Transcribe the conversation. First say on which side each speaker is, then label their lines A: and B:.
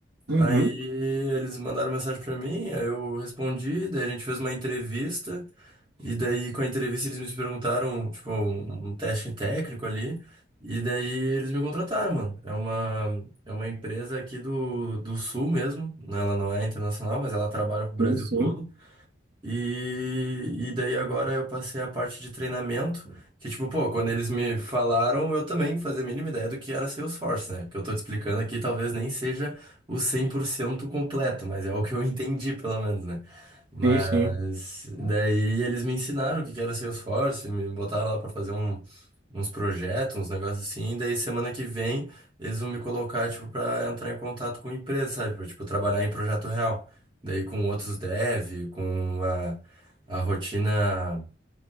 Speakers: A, on the right; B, on the right.
A: Uhum.
B: aí eles mandaram mensagem pra mim, aí eu respondi, daí a gente fez uma entrevista. E daí, com a entrevista, eles me perguntaram, tipo, um, um teste técnico ali. E daí, eles me contrataram, mano. É uma, é uma empresa aqui do, do Sul mesmo. né? Ela não é internacional, mas ela trabalha pro Brasil
A: Sim, sim.
B: todo. E, e daí agora eu passei a parte de treinamento, que tipo, pô, quando eles me falaram, eu também fazia a mínima ideia do que era Salesforce, né? O que eu tô te explicando aqui talvez nem seja o 100% completo, mas é o que eu <laughs> entendi, pelo menos, né? Mas
A: Sim, sim.
B: daí eles me ensinaram o que que era Salesforce, me botaram lá pra fazer um- uns projetos, uns negócios assim, e daí semana que vem eles vão me colocar, tipo, pra entrar em contato com empresa, sabe? Pra, tipo, trabalhar em projeto real. Daí com outros dev, com a, a rotina,